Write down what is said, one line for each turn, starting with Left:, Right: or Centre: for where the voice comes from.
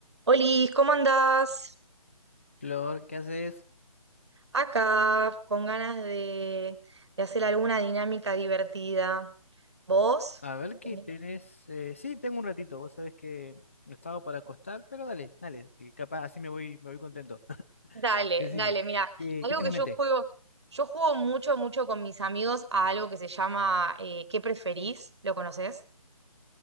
Right: Olis, ¿cómo andás?
Left: Flor, ¿qué haces?
Right: Acá, con ganas de, de hacer alguna dinámica divertida. ¿Vos?
Left: A ver qué
Right: ¿Tenés?
Left: tenés. eh, sí, tengo un ratito. Vos sabés que estaba para acostar, pero dale, dale. que Capaz así me voy, me voy contento. <laughs>
Right: Dale,
Left: Decime,
Right: dale, mira,
Left: ¿qué,
Right: algo
Left: qué tenés
Right: que
Left: en
Right: yo
Left: mente?
Right: juego, yo juego mucho, mucho con mis amigos a algo que se llama eh, ¿qué preferís? ¿Lo conoces?